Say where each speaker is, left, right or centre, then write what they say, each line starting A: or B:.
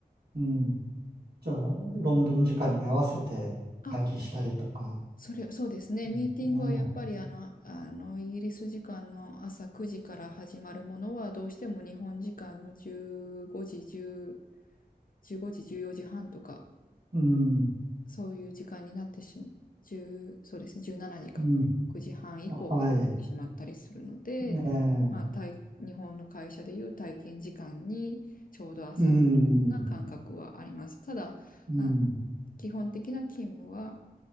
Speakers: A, on the right; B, on the left.
A: ん。じゃあ、ロンドン時間に合わせて会議したりとか、
B: あ、それ、そうですね。
A: うん、
B: ミーティングはやっぱりあの、
A: ね
B: あの、イギリス時間の朝9時から始まるものは、どうしても日本時間の15時、10、15時、14時半とか、
A: うん、
B: そういう時間になってしま、10、そうですね、17時か、
A: うん、
B: 6時半以降になってしまったりするので、
A: はい、ええ、
B: まあ、体日本の会社でいう体験時間にちょうど朝になるような感覚はあります。
A: うん、
B: ただ、
A: うん、
B: あの基本的な勤務は、